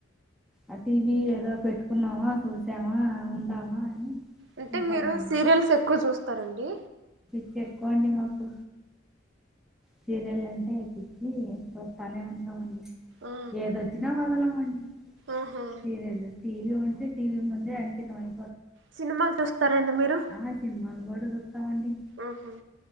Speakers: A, in the centre; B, on the right.
A: అ టీవి ఏదో పెట్టుకున్నావా చూసావా ఉండావా అని
B: అంటే
A: ఉంటామండి
B: మీరు సీరియల్స్ ఎక్కువ చూస్తరండి
A: ఎక్కువండి మాకు సీరియల్ అంటే పిచ్చి చూస్తానే ఉంటామండి
B: ఆ
A: ఏదొచ్చిన వదలమండి
B: ఆహా
A: సీరియలు టీవి ఉంటే టీవి ముందే అంకితమై
B: సినిమాలు చూస్తారండి మీరు
A: ఆ సినిమాలు కూడా చూస్తామండి
B: ఆహా